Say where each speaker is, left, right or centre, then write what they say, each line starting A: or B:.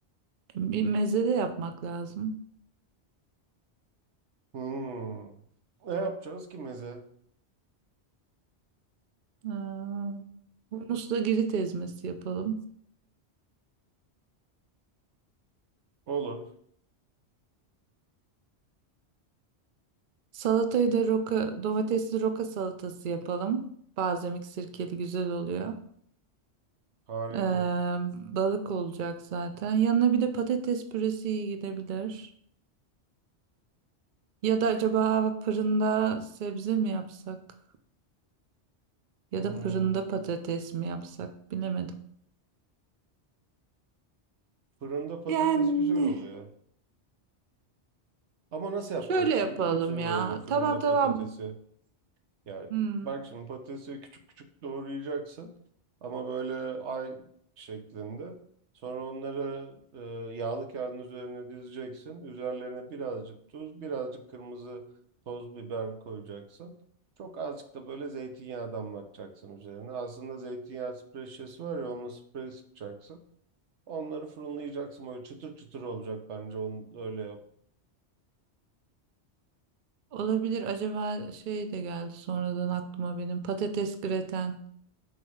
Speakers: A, on the right; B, on the right.
A: Bir meze de yapmak lazım.
B: Hmm. Ne yapacağız ki meze?
A: Aa, Humusla girit ezmesi yapalım.
B: Olur.
A: Salatayı da roka, domatesli roka salatası yapalım. Balzamik sirkeli güzel oluyor.
B: Harika.
A: Ee, balık olacak zaten. Yanına bir de patates püresi iyi gidebilir. Ya da acaba fırında sebze mi yapsak? Ya
B: Hmm.
A: da fırında patates mi yapsak? Bilemedim.
B: Fırında patates
A: Yani
B: güzel oluyor. Ama nasıl yapacaksın
A: şöyle yapalım
B: biliyor musun
A: ya.
B: böyle fırında
A: Tamam tamam.
B: patatesi? Yani
A: Hmm,
B: bak şimdi patatesi küçük küçük doğrayacaksın ama böyle ay şeklinde. Sonra onları e, yağlı kağıdın üzerine dizeceksin. Üzerlerine birazcık tuz, birazcık kırmızı toz biber koyacaksın. Çok azıcık da böyle zeytinyağı damlatacaksın üzerine. Aslında zeytinyağı sprey şişesi var ya onunla sprey sıkacaksın. Onları fırınlayacaksın böyle çıtır çıtır olacak bence onu öyle yap.
A: olabilir. Acaba şey de geldi sonradan aklıma benim patates greten.